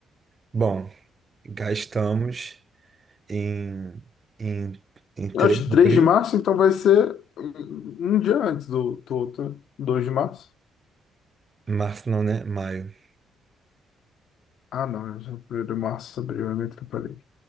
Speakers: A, on the right; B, on the left.
A: Bom, gastamos em, em, em 3
B: Acho que
A: de
B: 3
A: abril,
B: de março, então vai ser um um dia antes do, do outro, 2 de março.
A: março não, né? Maio,
B: Ah, não, é 1 de março, abril, é meio atrapalhei.